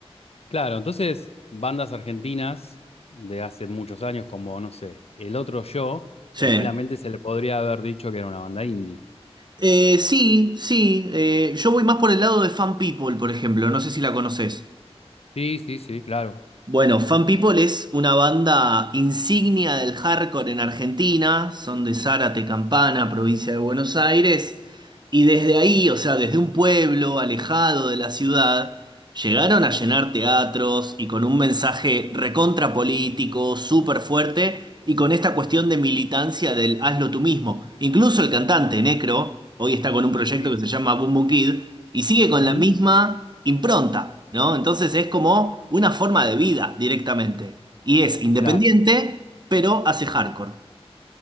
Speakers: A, on the left; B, on the right.
A: Claro, entonces bandas argentinas de hace muchos años, como no sé, El Otro Yo,
B: Sí,
A: tranquilamente se le podría haber dicho que era una banda indie.
B: Eh, sí, sí. eh, yo voy más por el lado de Fan People, por ejemplo. No sé si la conoces.
A: Sí, sí, sí, claro.
B: Bueno, Fan People es una banda insignia del hardcore en Argentina. Son de Zárate, Campana, provincia de Buenos Aires. Y desde ahí, o sea, desde un pueblo alejado de la ciudad, llegaron a llenar teatros y con un mensaje recontra político, súper fuerte, y con esta cuestión de militancia del hazlo tú mismo. Incluso el cantante Necro, hoy está con un proyecto
A: Sí.
B: que se llama Boom Boom Kid, y sigue con
A: Ujú,
B: la misma impronta, ¿no? Entonces es como una forma de vida directamente. Y es independiente,
A: Claro,
B: pero hace hardcore.